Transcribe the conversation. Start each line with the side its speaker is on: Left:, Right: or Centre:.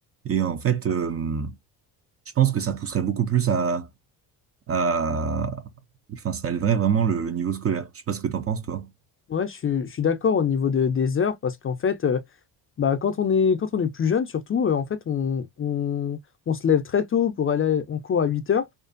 Right: Et en fait, euh, je pense que ça pousserait beaucoup plus à, à... Enfin, ça élèverait vraiment le, le niveau scolaire. Je sais pas ce que t'en penses, toi.
Left: ouais, je suis, je suis d'accord au niveau de- des heures parce qu'en fait, euh, bah, quand on est, quand on est plus jeune, surtout, euh, en fait, on, on, on se lève très tôt pour aller en cours à huit heures